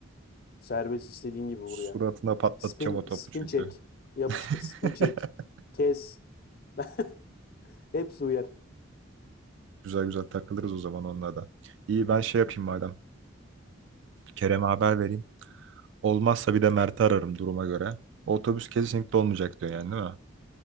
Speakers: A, on the left; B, on the right.
A: Serbest istediğin gibi vur
B: Suratına
A: ya.
B: patlatacağım
A: Spin
B: o topu
A: spin
B: çünkü.
A: çek. Yapıştır
B: <laughs>
A: spin çek. Kes. <laughs> Hepsi uyar.
B: Güzel güzel takılırız o zaman onunla da. İyi ben şey yapayım madem. Kerem'e haber vereyim. Olmazsa bir de Mert'i ararım duruma göre. Otobüs kesinlikle olmayacak diyor yani değil mi?